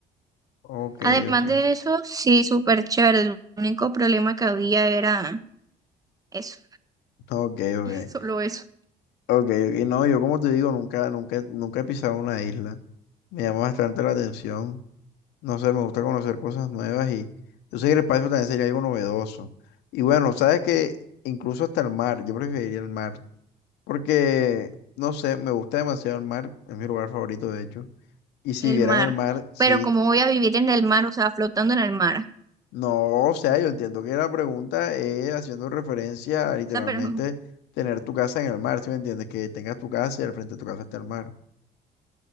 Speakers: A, on the left; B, on the right.
A: Ok,
B: Además
A: ok.
B: de eso, sí, súper chévere. El único problema que había era eso,
A: Ok, ok.
B: <laughs> solo eso,
A: Ok, ok. No, yo como te digo, nunca, nunca, nunca he pisado una isla. Me llama bastante la atención. No sé, me gusta conocer cosas nuevas y yo sé que el espacio también sería algo novedoso. Y bueno, sabes que incluso hasta el mar, yo preferiría el mar. Porque, no sé, me gusta demasiado el mar, es mi lugar favorito de hecho. Y si
B: el
A: vieran
B: mar.
A: el mar, sí.
B: Pero ¿cómo voy a vivir en el mar? O sea, flotando en el mar. O
A: No, o sea, yo entiendo que la pregunta es haciendo referencia a literalmente
B: sea, pero...
A: tener tu casa en el mar, ¿sí me entiendes? Que tengas tu casa y al frente de tu casa está el mar.